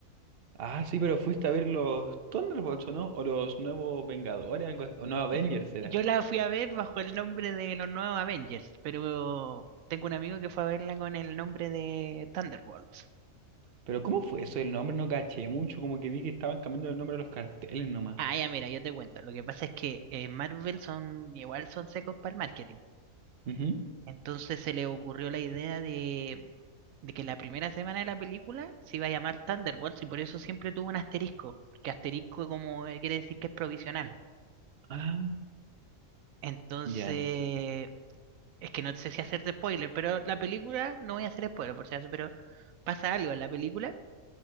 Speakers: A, on the right; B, on the right.
A: Ah, sí, pero fuiste a ver los Thunderbolts, ¿o no? O los nuevos Vengadores, algo así. O no, Avengers
B: Y
A: era.
B: yo la fui a ver bajo el nombre de los nuevos Avengers, pero tengo un amigo que fue a verla con el nombre de Thunderbolts.
A: Pero ¿cómo fue eso? El nombre no caché mucho, como que vi que estaban cambiando el nombre a los carteles nomás.
B: Ah, ya, mira, yo te cuento. Lo que pasa es que en Marvel son igual son secos para el marketing.
A: Ujú.
B: Entonces se le ocurrió la idea de, de que la primera semana de la película se iba a llamar Thunderbolts y por eso siempre tuvo un asterisco, que asterisco como eh, quiere decir que es provisional.
A: Ah,
B: Entonces,
A: ya enti-
B: es que no sé si hacerte spoiler, pero la película, no voy a hacer spoiler por si acaso, pero pasa algo en la película